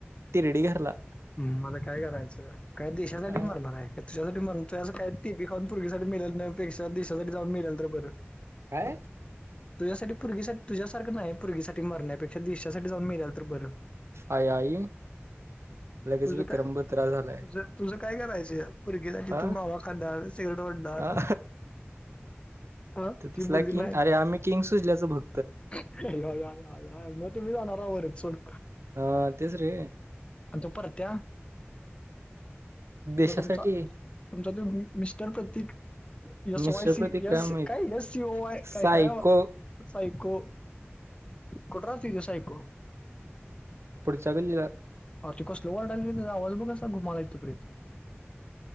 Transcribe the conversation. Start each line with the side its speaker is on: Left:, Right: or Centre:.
Right: तिरडी घरला.
Left: हम्म मला काय करायच. काय देशासाठी
Right: काय
Left: मारणार आहे. तुझ्यासाठी मरुन अस काय ती बी खाऊन पोरगीसाठी मरण्यापेक्षा देशासाठी जाऊन मेलेल तर बर.
Right: काय?
Left: तुझ्यासाठी पोरगीसाठी तुझ्यासारख नाही‌. पोरगीसाठी मरण्यापेक्षा देशासाठी जाऊन मेलेल तरी बर.
Right: आई आई लगेच
Left: तुझ
Right: विक्रम
Left: काय,
Right: बत्रा झालाय
Left: तुझ तुझ काय करायच. पोरगी झाली
Right: अ
Left: तर मावा खाणार सिगारेट वडणार
Right: अ
Left: हा
Right: तसला
Left: ती बोलली
Right: किंग
Left: नाही.
Right: अरे आम्ही किंग सुजल्याचं भग
Left: आया आय आय आय आय म तुम्ही जाणार हा वर सोड
Right: हा तेच रे
Left: अच्छा परत त्या
Right: देशासाठी
Left: तो तुमचा तुमचा त्यो मि- mister Pratik yes
Right: mister
Left: Y C
Right: Pratik
Left: yes
Right: माहित
Left: काय येस सी ओ वाय
Right: सायको
Left: काय काय सायको कुठ राहतंय त्यो सायको
Right: पुढच्या गल्लीला
Left: अर ते कसल वरडालय त्येज आवाज बघ कसला घुमालाय इथपर्यंत